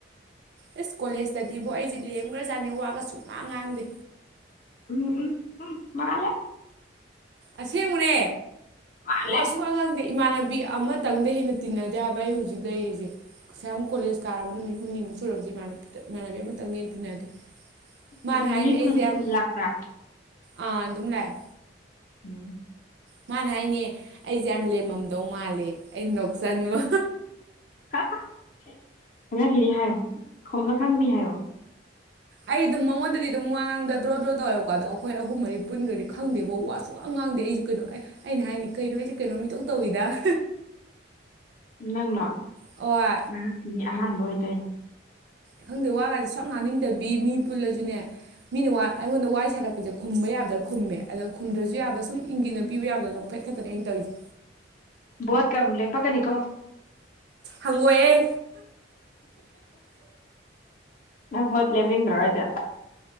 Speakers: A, on the right; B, on the left.
A: ꯑꯦꯁ ꯀꯣꯂꯦꯖꯇꯗꯤ ꯕꯣ ꯑꯩꯖꯦ ꯂꯦꯝꯒ꯭ꯔꯖꯥꯠꯅꯦ ꯋꯥꯒ ꯁꯨꯡ ꯉꯥꯡ ꯉꯥꯡꯗꯦ
B: ꯎꯝ ꯎꯝ ꯎꯝ ꯃꯥꯂꯦ
A: ꯑꯁꯦꯡꯕꯅꯦ
B: ꯃꯥꯜꯂꯦ
A: ꯋꯥ ꯁꯨꯉꯥꯡ ꯉꯥꯡꯗꯦ ꯏꯃꯥꯟꯅꯕꯤ ꯑꯃꯇꯪꯗ ꯍꯦꯟꯅ ꯇꯤꯟꯅꯗꯦ ꯍꯥꯏꯕ ꯑꯩ ꯍꯧꯖꯤꯛ ꯂꯩꯔꯤꯖꯦ ꯉꯁꯥꯏ ꯃꯨꯛ ꯀꯣꯂꯦꯖ ꯀꯥꯔꯕ ꯅꯨꯃꯤꯠ ꯍꯨꯝꯅꯤꯃꯨꯛ ꯁꯨꯔꯕꯁꯤ ꯃꯥꯟ ꯏꯃꯥꯟꯅꯕꯤ ꯑꯃꯇꯪ ꯗꯩꯩ ꯍꯦꯟꯅ ꯇꯤꯟꯅꯗꯦ ꯃꯥꯅꯦ
B: ꯎꯝ
A: ꯍꯥꯏꯅꯦ
B: ꯃꯤ
A: ꯑꯩꯖꯦ
B: ꯐꯨꯜ
A: ꯌꯥꯝ
B: ꯐꯨꯜ ꯂꯥꯛꯄ꯭ꯔꯥ
A: ꯑꯥ ꯑꯗꯨꯝ ꯂꯥꯛꯑꯦ
B: ꯎꯝ
A: ꯃꯥꯅ ꯍꯥꯏꯅꯦ ꯑꯩꯁꯦ ꯌꯥꯝ ꯂꯦꯝꯃꯝꯗꯧ ꯃꯥꯜꯂꯤꯌꯦ ꯑꯩ ꯅꯣꯛꯁꯟꯕ
B: ꯍꯥ ꯍꯥ ꯈꯪꯉꯛꯈꯤꯅꯤ ꯍꯥꯏꯌꯣ ꯈꯣꯡꯉ ꯈꯪꯅꯤ ꯍꯥꯏꯌꯣ
A: ꯑꯩ ꯑꯗꯨꯝ ꯃꯉꯣꯟꯗꯗꯤ ꯑꯗꯨꯝ ꯋꯥ ꯉꯥꯡꯕꯗ ꯗ꯭ꯔꯣ ꯗ꯭ꯔꯣ ꯇꯧꯋꯦꯕꯀꯣ ꯑꯗꯣ ꯑꯩꯈꯣꯏ ꯑꯍꯨꯝ ꯃꯔꯤ ꯄꯨꯟꯒ꯭ꯔꯗꯤ ꯈꯪꯗꯦꯕꯣ ꯋꯥ ꯁꯨꯡꯋꯥ ꯉꯥꯡꯗꯦ ꯑꯩꯁꯨ ꯀꯩꯅꯣ ꯑꯩ ꯑꯩꯅ ꯍꯥꯏꯅꯤ ꯀꯩꯅꯣ ꯑꯩꯁꯦ ꯀꯩꯅꯣ ꯃꯤꯇꯧ ꯇꯧꯋꯤꯗ <inaudible>
B: ꯅꯪꯂꯣ
A: ꯍꯣꯏ
B: ꯉꯥꯡꯉꯛꯈꯤꯅꯤ ꯑꯍꯥꯟꯕ ꯑꯣꯏ ꯇꯧꯏꯅ
A: ꯈꯪꯗꯦ ꯋꯥꯒꯁꯦ ꯁꯛ ꯉꯥꯡ ꯉꯡꯅꯤꯡꯗꯕꯤ ꯃꯤ ꯄꯨꯜꯂꯁꯨꯅꯦ ꯃꯤꯅ ꯋꯥ ꯑꯩꯉꯣꯟꯗ ꯋꯥꯔꯤ ꯁꯥꯥꯔꯛꯄꯁꯦ ꯈꯨꯝꯕ ꯌꯥꯕꯗ ꯈꯨꯝꯃꯦ ꯑꯗꯣ ꯈꯨꯝꯗ꯭ꯔꯁꯨ ꯌꯥꯕ ꯁꯨꯝ ꯏꯪꯒꯤꯠꯅ ꯄꯤꯕ ꯌꯥꯕꯗꯣ ꯐꯦꯠꯠꯇꯅꯦ ꯑꯩꯅꯧꯔꯤꯁꯁꯤ
B: ꯣꯠ ꯀꯃ ꯂꯦ ꯄ ꯀꯅꯤꯀꯣ
A: ꯍꯪꯒꯣꯏꯑꯦ
B: ꯅꯪ ꯄꯣꯠ ꯂꯦꯝꯅꯤꯡꯗ꯭ꯔꯣ ꯍꯥꯏꯗ